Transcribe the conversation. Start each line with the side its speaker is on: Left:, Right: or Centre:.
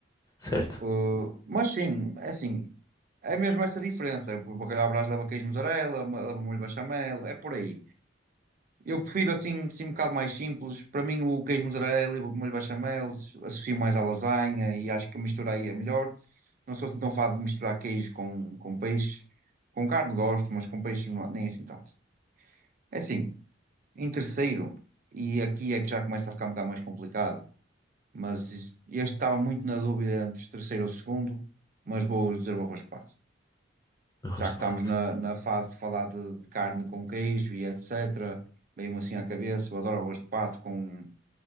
Left: Certo,
Right: Uh, mas sim, é assim, é mesmo essa diferença. O bacalhau à Brás leva queijo mussarela, leva molho de bechamel, é por aí. Eu prefiro assim, assim um bocado mais simples. Para mim, o queijo mussarela e o molho bechamel associo mais à lasanha e acho que a mistura aí é melhor. Não sou assim tão fado de misturar queijo com, com peixe. Com carne gosto, mas com peixe não, nem assim tanto. É assim, em terceiro, e aqui é que já começa a ficar um bocado mais complicado, mas este estava muito na dúvida entre terceiro ou segundo, mas vou dizer o arroz de pato.
Left: arroz
Right: Já que
Left: de
Right: estamos
Left: pato.
Right: na, na fase de falar de, de carne com queijo e etc., veio-me assim à cabeça, eu adoro arroz de pato com